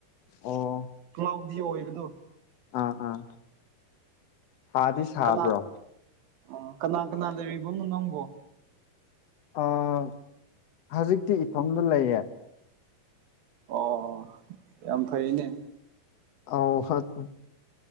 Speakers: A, on the left (about 60°); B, on the right (about 75°).
A: ꯑꯣ
B: ꯀ꯭ꯂꯥꯎꯗꯤ ꯑꯣꯏꯕꯗꯨ
A: ꯑꯥ ꯑꯥ ꯁꯥꯗꯤ ꯁꯥꯕ꯭ꯔꯣ
B: ꯀꯅꯥ ꯑꯣ ꯀꯅꯥ ꯀꯅꯥ ꯂꯩꯔꯤꯕꯣ ꯅꯪꯕꯣ
A: ꯑꯥ ꯍꯧꯖꯤꯛꯇꯤ ꯏꯇꯣꯝꯗ ꯂꯩꯌꯦ
B: ꯑꯣ ꯌꯥꯝ ꯐꯩꯅꯦ
A: ꯑꯧ ꯍꯠ